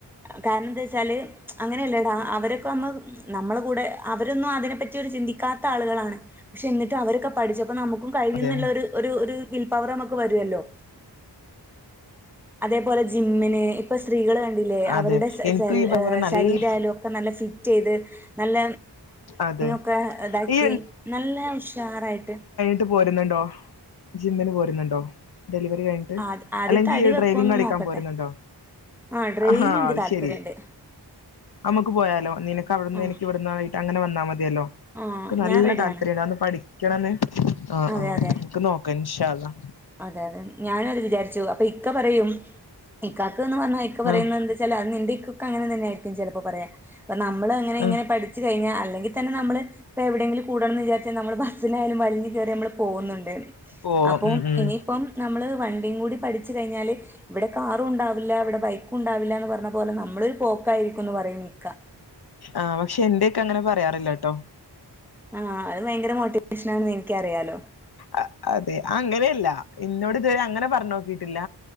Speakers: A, in the centre; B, on the left.
A: കാരണം എന്താ വെച്ചാല് അങ്ങനെയല്ലടാ അവരൊക്കെ നമ്മ നമ്മളെ കൂടെ അവരൊന്നും അതിനെ പറ്റി ഒരു ചിന്തിക്കാത്ത ആളുകളാണ് പക്ഷെ എന്നിട്ടും അവരക്കെ പഠിച്ചപ്പം നമ്മക്കും കഴിയുന്ന്ള്ളൊര്
B: അതെ
A: ഒരു ഒര് വിൽപവർ നമ്മക്ക് വരുവല്ലോ അതേപോലെ ജിമ്മിന് ഇപ്പൊ സ്ത്രീകള് കണ്ടി ല്ലേ അവരുടെ
B: അതെ
A: ശെല്
B: എനിക്കും
A: ശല്
B: ഈ പറഞ്ഞ
A: ഏഹ്
B: നല്ല
A: ശരീരായാലും ഒക്കെ നല്ല ഫിറ്റെയ്ത് നല്ല
B: അതെ
A: <unintelligible> ഒക്കെ ഏഹ് ഇതാക്കി
B: ഈ
A: നല്ല ഉഷാറായിട്ട്
B: ട്ട് പോര്ന്ന്ണ്ടോ ജിമ്മിന് പോര്ന്ന്ണ്ടോ ഡെലിവറി കഴി ട്ട്
A: ആ ആദ്യം
B: അല്ലെങ്കി
A: തടി
B: ഈ
A: വെക്കോന്ന്
B: ഡ്രൈവിംഗടിക്കാൻ
A: നോക്കട്ടെ
B: പോര്ന്ന്ണ്ടോ
A: ആ ഡ്രെയിൻ
B: ആഹ് ഹാ
A: എനിക്ക്
B: അത്
A: താല്പര്യണ്ട്
B: ശെരി അമ്മക്ക് പോയാലോ നിനക്കവ്ടുന്ന്
A: ആ
B: എനിക്ക്യ് ഇവട്ന്നായി ട്ടങ്ങനെ വന്നാ മതിയല്ലോ
A: ആ
B: ക്ക് നല്ല
A: ഞാൻ റെഡിയാണ്
B: താല്പര്യാണ് അവൊന്ന് പഠിക്ക്യ്ണന്ന് ആഹ്
A: അതെ
B: ആഹ്
A: അതെ
B: ഇന്ക്ക് നോക്കെ ഇൻഷാ അല്ലാഹ്
A: അതെ അതെ ഞാനും അത് വിചാരിച്ചു അപ്പൊ ഇക്ക പറയും ഇക്കാക്ക്ന്ന് പറ്ഞ്ഞാ ഇക്ക പറയുന്നെന്താ
B: ആഹ്
A: ച്ചാല് അഹ് നിന്റെ ഇക്കുക്കങ്ങനെ തന്നെയായിരിക്കും ചെലപ്പോ പറയാ ഇപ്പ ഞമ്മള് അങ്ങനെ
B: ആഹ്
A: ഇങ്ങനെ പഠ് ച്ച് കഴിഞ്ഞാ അല്ലെങ്കി തന്നെ നമ്മള് ഇപ്പെ എവിടേങ്കിലും കൂടണന്ന് വിചാര് ച്ചാ നമ്മള് ബസ്സിനായാലും വല്ഞ്ഞ് കേറിയമ്മള് പോവുന്ന്ണ്ട്
B: പോവും
A: അപ്പോം
B: ഉം ഉം
A: ഇപ്പം നമ്മള് വണ്ടിയും കൂടി പഠിച്ച് കഴിഞ്ഞാല് ഇവടെ കാറും ഉണ്ടാവില്ല ഇവടെ ബൈക്കും ഉണ്ടാവില്ലാന്ന് പറ്ഞ്ഞ പോലെ നമ്മളൊര് പോക്കായിരിക്കുന്ന് പറയേനി ഇക്കാ
B: ആഹ് പക്ഷേ ഇന്റെ ഇക്കാ അങ്ങനെ പറയാറില്ലട്ടൊ
A: ആഹ് അഹ് ഭയങ്കര മോട്ടിവേഷനാണെന്ന് ഇന്ക്ക്യറിയാലോ
B: അ അതെ അങ്ങനെയല്ലാ ഇന്നോട് ഇതുവരെ അങ്ങനെ പറ്ഞ്ഞോക്കിട്ടില്ല